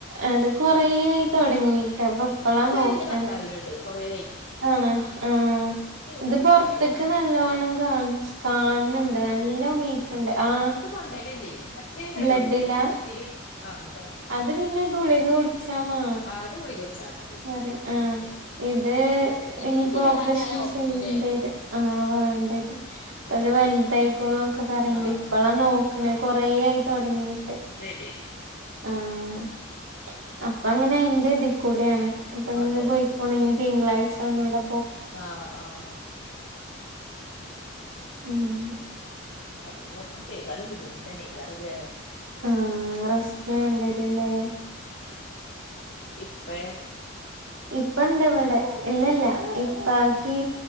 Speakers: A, on the right; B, on the left.
A: അത് കൊറേയായി തൊടങ്ങിട്ട് അപ്പൊ ഇപ്പളാ
B: ഇത്
A: നോക്കണെ
B: എന്റെ ഭർത്താവിനുണ്ട് കൊറേ ആയി
A: ആണാ ആഹ് ഇത്
B: ഹോമിയോ
A: പൊറത്തെക്ക്
B: മരുന്നാ കുടിക്ക്ണേ
A: നല്ലവണം കാണി കാണ്ണ്ട് നല്ല വീക്ക്ണ്ട് ആഹ്
B: തൊണ്ടല്ലല്ലേ മറ്റേ തൈറോടില്ലേ
A: ബ്ലഡിലാ
B: രക്തത്തില് ആഹ് അതാണ്
A: അത് പിന്നെ ഗുളിക കുടിച്ചാ മാ
B: ആഹ് അത് ഗുളിക കുടിച്ചാ മതി
A: പറി ആഹ്
B: അതെ
A: ഇത്
B: ഇതിന്
A: ഇനിയിപ്പോ
B: പിന്നെ
A: ഓപ്പറേഷൻ
B: നല്ല
A: ചെയ്യേണ്ടരും
B: ചെയ്യേണ്ടി വരും
A: ആ വേണ്ടരും അപ്പ
B: ഉം
A: അത് വ ലതായ്ക്ക്ണുക്ക് പറയണ്ട്
B: ആഹ്
A: ഇപ്പളാ നോക്കണ
B: അതന്നെ
A: കൊറേ ആയി തൊടങ്ങീട്ട്
B: <unintelligible>
A: ആഹ് അപ്പ അങ്ങനെയിന്റെ ഇതീകൂടേണ് അപ്പൊ
B: അതെ
A: ഇന്ന് പൊയ് ണം ഇനി തിങ്കളാഴ്ച ഒന്നുടെ
B: ആഹ് ആഹ്
A: മ്മ്ഹ്
B: അതിനി ഓപ്പറേഷം ചെയ്താലും ബുദ്ധിമുട്ടന്യേ നിക്കാറില്ലേ
A: ആഹ് റെസ്റ്റ് വേണ്ടരുല്ലേ
B: ഇപ്പഴ
A: ഇപ്പണ്ട് ഇവിടെ ഇല്ല ഇല്ല
B: ആഹ്
A: ഇപ്പാക്ക്
B: ആഹ്